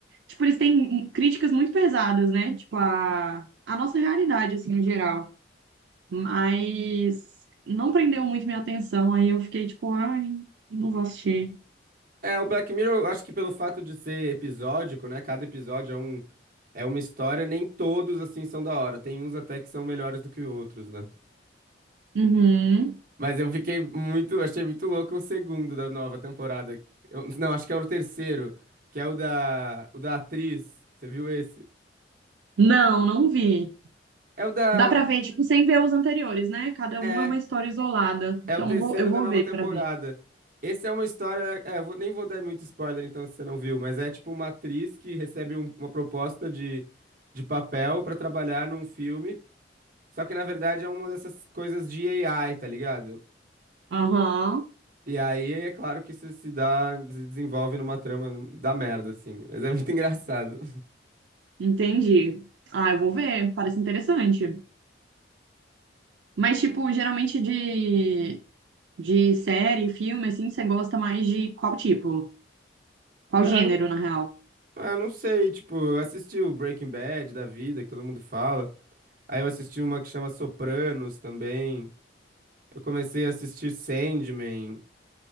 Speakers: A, on the right (about 75°); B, on the right (about 45°).
A: tipo, eles têm críticas muito pesadas, né? Tipo, a, a nossa realidade, assim, no geral. Mas não prendeu muito minha atenção. Aí eu fiquei, tipo, ai, não vou assistir.
B: É, o Black Mirror, eu acho que pelo fato de ser episódico, né? Cada episódio é um, é uma história, nem todos assim são da hora. Tem uns até que são melhores do que outros, né?
A: Uhum.
B: Mas eu fiquei muito, achei muito louco o segundo da nova temporada. Eu- não, acho que é o terceiro, que é o da, o da atriz. Você viu esse?
A: Não, não vi.
B: É o da,
A: Dá pra ver, tipo, sem ver os anteriores, né? Cada
B: É,
A: um é uma história isolada.
B: é
A: Então
B: o terceiro
A: eu vou, eu vou
B: da nova
A: ver
B: temporada.
A: pra ver.
B: Esse é uma história. É, eu vou- nem vou dar muito spoiler, então, se você não viu, mas é tipo uma atriz que recebe um- uma proposta de, de papel pra trabalhar num filme. Só que, na verdade, é uma dessas coisas de AI, tá ligado?
A: Aham,
B: E aí é claro que isso se dá, se desenvolve numa trama num- da merda, assim. Mas é muito <laughs> engraçado.
A: entendi. Ah, eu vou ver, parece interessante. Mas, tipo, geralmente é de De série, filme, assim, você gosta mais de qual tipo? Qual
B: Ah,
A: gênero,
B: não,
A: na real?
B: ah, não sei, tipo, eu assisti o Breaking Bad da vida, que todo mundo fala. Aí eu assisti uma que chama Sopranos também. Eu comecei a assistir Sandman,